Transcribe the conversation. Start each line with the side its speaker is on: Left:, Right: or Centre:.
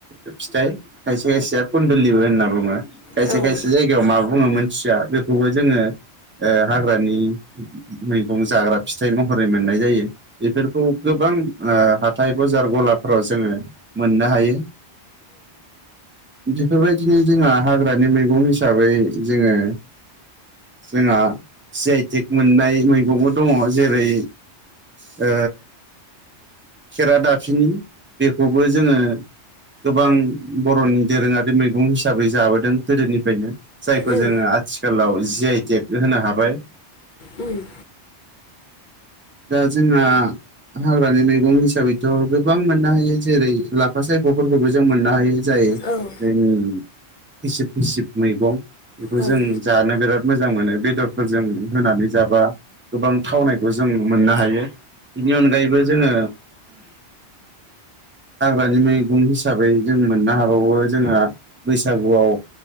Right: फिथाइ खायसे खायसेया कुनन्दुलिबो होनना बुङो खायसे
Left: औ औ
Right: खायसे जायगायाव मा बुङो मोनथिया बेखौबो जोङो हाग्रानि मैगं जाग्रा फिथाइ महरै मोननाय जायो बेफोरखौ जेनबा हाथथाय बजार गलाफ्राव जोङो मोननो हायो बेफोरबायदिनो जोंहा हाग्रानि मैगं हिसाबै जोङो जोंहा सि आइटिक मोननाय मैगंबो दङ जेरै ओ खेरा दाफिनि बेखौबो जोङो गोबां बर'नि दोरोङारि मैगं हिसाबै जाबोदों गोदोनिफ्रायनो जायखौ
Left: उम
Right: जोङो आथिखालाव जि आइ टेक होनो हाबाय
Left: उम
Right: दा जोंना हाग्रानि मैगं हिसाबैथ' गोबां मोननो हायो जेरै लाफा सायग'फोरखौबो जों मोननो हायो जायो
Left: औ ओं
Right: जों फिसिब फिसिब मैगं बेखौ
Left: औ
Right: जों
Left: उम
Right: जानो बिराद मोजां मोनो बेदरफोरजों होनानै जाबा गोबां थावनायखौ जों मोननो हायो बेनि अनगायैबो जोङो हाग्रानि मैगं हिसाबै जों मोननो हाबावो जोंहा बैसागुआव